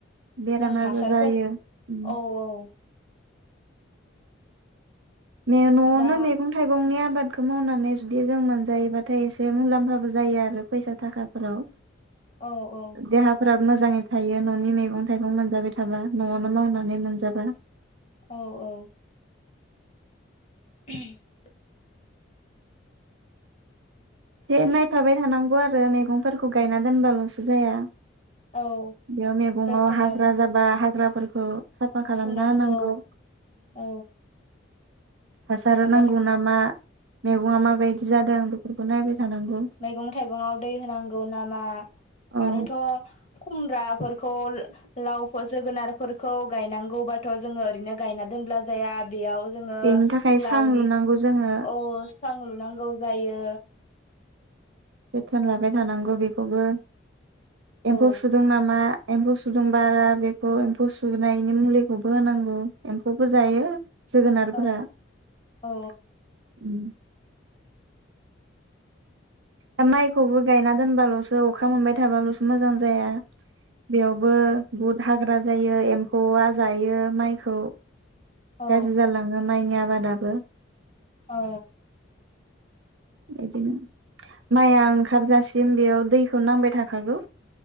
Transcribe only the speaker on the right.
बेराम
आजार
जायो उम
न'वावनो
मैगं-थाइगंनिया आबादखौ मावनानै जुदि जों मोनजायोबाथाय एसे मुलाम्फाबो जायो आरो फैसा थाखाफोराव
देहाफोरा मो मोजाङै थायो न'नि मैगं-थाइगं मोनजाबाय थाबा न'वावनो मावनानै मोनजाबा।
एसे नायफाबाय थानांगौ आरो मैगंफोरखौ गायना दोनबाल'सो जाया।
बेयाव मैगङाव
हाग्रा
जाबा हाग्राफोर उम। साफा खालामना
होनांगौ।
हासार
नांगौ नामा मैगङा माबादि जादों। बेफोरखौ नायबाय थानांगौ
औ
बेनि थाखाय सां
लुनांगौ जोङो
जोथोन लाबाय थानांगौ बेखौबो एम्फौ
सुदों नामा? एम्फौ सुदों बा आर बेखौ एम्फौ सुनायनि मुलिखौबो होनांगौ एम्फौबो जायो। जोगोनारफोरा
उम
दा माइखौबो गायना दोनबाल'सो अखा मोनबाय थाबाल'सो मोजां जाया बेयावबो बुहुत हाग्रा जायो एम्फौआ जायो माइखौ
गाज्रि जालाङो माइया आबादाबो
बिदिनो माइया ओंखारजासिम बेयाव दैखौ नांबाय थाखागौ।